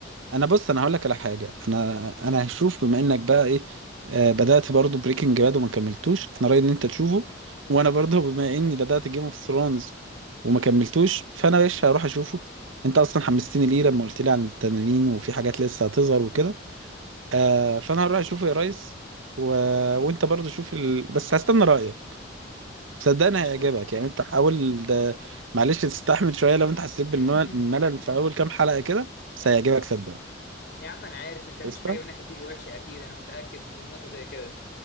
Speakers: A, on the right; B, on the left.
A: انا بص انا هقول لك على حاجه انا انا هشوف بما انك بقى ايه آه بدات برضو بريكنج باد وما كملتوش انا رايي ان انت تشوفه وانا برضو بما اني بدات جيم اوف ثرونز وما كملتوش فانا ايش هروح اشوفه انت اصلا حمستني ليه لما قلت لي عن التنانين وفي حاجات لسه هتظهر وكده آه فانا هروح اشوفه يا ريس و... وانت برضو شوف ال... بس هستنى رايك صدقني
B: قشطه
A: هيعجبك يعني انت حاول ده معلش تستحمل شويه لو انت حسيت بالملل
B: <laughs>
A: في اول كام حلقه كده بس هيعجبك صدقني
B: يا عم انا عارف انت مفيش
A: قشطة؟
B: حاجه منك هتيجي وحشه اكيد انا متاكد من نقطه زي كده